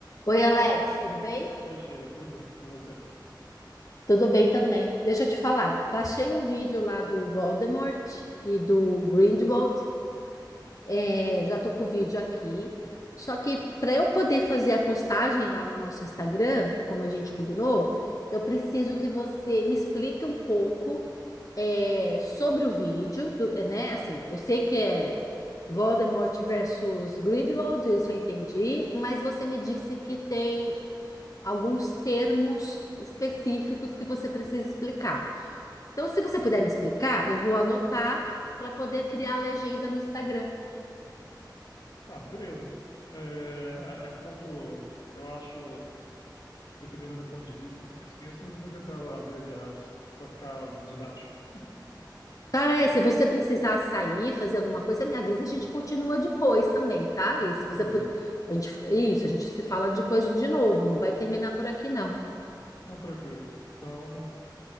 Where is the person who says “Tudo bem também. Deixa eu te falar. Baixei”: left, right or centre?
Left